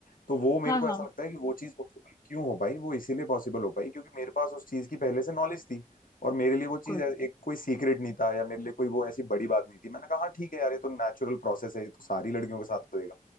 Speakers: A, on the left; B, on the left.
A: तो वो मेरे
B: हाँ
A: को
B: हाँ
A: ऐसा लगता है कि वो चीज़ पॉसिबल क्यों हो पाई वो इसीलिए पॉसिबल हो पाई क्योंकि मेरे पास उस चीज़ की पहले से नॉलेज थी और मेरे लिए वो चीज़
B: बिल्कुल
A: ऐ- एक कोई सीक्रेट नहीं था या मेरे लिए कोई वो ऐसी बड़ी बात नहीं थी मैंने कहा हाँ ठीक है यार ये तो नेचुरल प्रोसेस है ये तो सारी लड़कियों के साथ होएगा